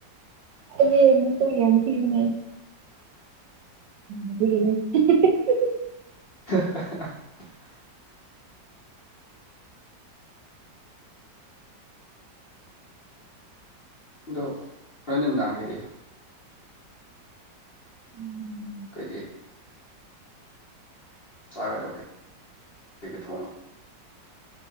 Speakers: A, on the right; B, on the left.
A: ꯑꯗꯨꯗꯤ ꯑꯃꯨꯛꯇꯥ ꯌꯦꯡꯄꯤꯌꯨꯅꯦ ꯎꯒꯅꯦ <inaudible> <unintelligible>
B: <inaudible> ꯑꯗꯣ ꯍꯣꯔꯦꯟ ꯅꯨꯝꯗꯥꯡꯒꯤꯗꯤ
A: ꯎꯝ
B: ꯀꯩ ꯀꯩ ꯆꯥꯒꯗ ꯀꯩ ꯀꯩ ꯊꯣꯡ